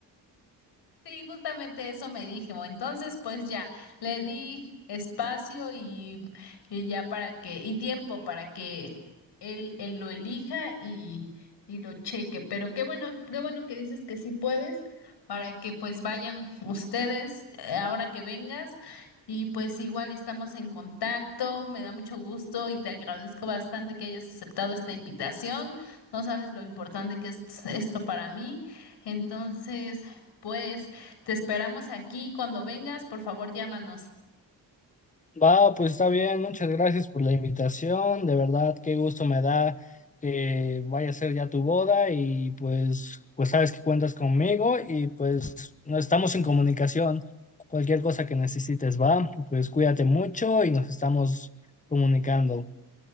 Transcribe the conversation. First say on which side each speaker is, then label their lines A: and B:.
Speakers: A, on the left; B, on the left.
A: Sí, justamente eso me dijo. Entonces, pues ya, le di espacio y, y ya para que, y tiempo para que él, él lo elija y, y lo cheque. Pero qué bueno, qué bueno que dices que sí puedes, para que pues vayan ustedes eh, ahora que vengas. Y pues igual estamos en contacto, me da mucho gusto y te agradezco bastante que hayas aceptado esta invitación. No sabes lo importante que es esto para mí. Entonces, pues... Te esperamos aquí. Cuando vengas, por favor, llámanos.
B: Va, pues está bien, muchas gracias por la invitación, de verdad, qué gusto me da que vaya a ser ya tu boda y pues, pues sabes que cuentas conmigo y pues no estamos en comunicación, cualquier cosa que necesites, va, pues cuídate mucho y nos estamos comunicando.